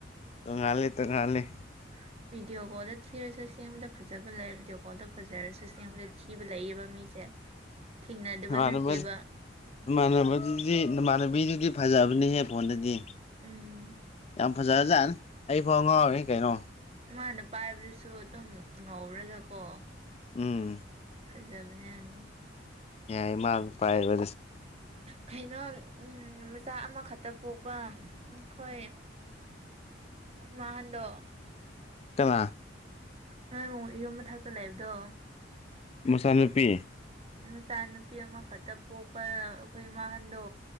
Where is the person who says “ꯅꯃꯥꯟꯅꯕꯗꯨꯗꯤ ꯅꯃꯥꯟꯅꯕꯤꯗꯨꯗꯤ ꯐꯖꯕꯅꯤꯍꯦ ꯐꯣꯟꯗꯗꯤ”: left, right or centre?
Left